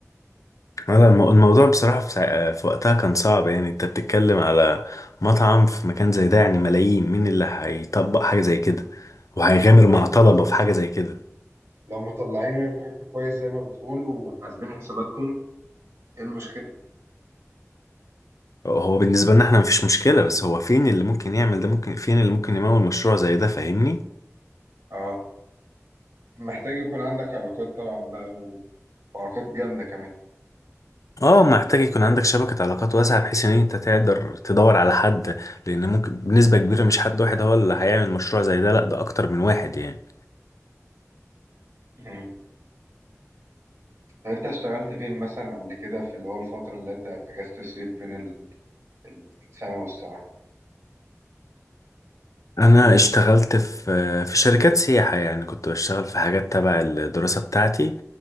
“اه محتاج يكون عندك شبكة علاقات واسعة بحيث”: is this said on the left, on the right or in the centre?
Left